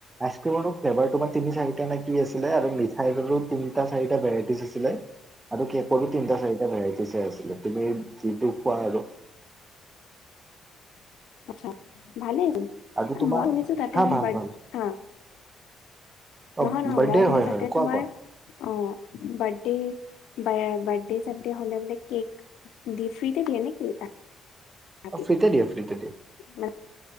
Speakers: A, on the right (about 25°); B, on the left (about 85°).
A: আইচক্ৰীমৰ ফ্লেভাৰাৰ তিনি চাৰিটা নে কি আছিলে। আৰু মিঠাইৰো তিনিটা চাৰি ভেৰাইটি আছিলে। আৰু কেকো তিনিটা-চাৰিটা ভেৰাইটিচ আছিলে। তুমি যিটো খোৱা আৰু।
B: আচ্চা ভালেই চুন।
A: আৰু তোমাৰ
B: মই শুনিছো তাতে
A: হা
B: আ
A: ভাল
B: বাৰ্থ
A: ভাল
B: হা
A: অ
B: নহয় নহয়
A: বাৰ্থডে
B: মই শুনিছা
A: হয় হয় কোৱা
B: তোমাৰ
A: কোৱা
B: অ বাৰ্থডে, বাৰ্থডে-চাৰ্দে হ'লে বোলে কেক দিয়ে। ফ্ৰীতে দিয়ে নেকি? তাহাঁতি
A: অ ফ্ৰী তে দিয়া, ফ্ৰী তে দিয়ে।
B: মানে